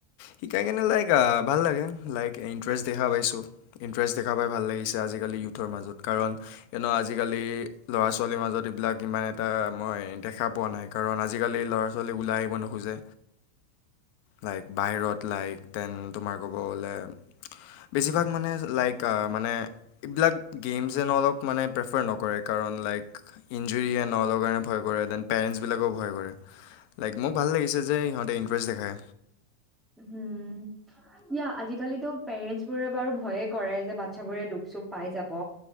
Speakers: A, on the left; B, in the centre.
A: শিকাই কেনে লাইক ভাল লাগে। লাইক ইন্টাৰেষ্ট দেখা পাইছো, ইন্টাৰেষ্ট দেখা পাই ভাল লাগিছে আজি। আজিকালি ইউথৰ মাজত, কাৰণ এনেও আজিকালি ল'ৰা ছোৱালীৰ মাজত এইবিলাক ইমান এটা মই দেখা পোৱা নাই কাৰণ আজিকালি ল'ৰা ছোৱালী ওলাই আহিব নোখোজে, লাইক বাহিৰত লাইক দেন তোমাৰ ক'ব গ'লে বেছিভাগ মানে লাইক আ মানে এইবিলাক গেমছ এন অলক মানে প্ৰেফাৰ নকৰে কাৰণ লাইক ইঞ্জৰি এন অলৰ কাৰণে ভয় কৰে দেন পেৰেন্টছবিলাকেও ভয় কৰে লাইক মোক ভাল লাগিছে যে সিহঁতে ইণ্টাৰেষ্ট দেখায়।
B: হম, ইয়া আজিকালিটো পেৰেন্টছবোৰে বাৰু ভয়ে কৰে যে বাচ্ছাবোৰে দুখ চুখ পাই যাব।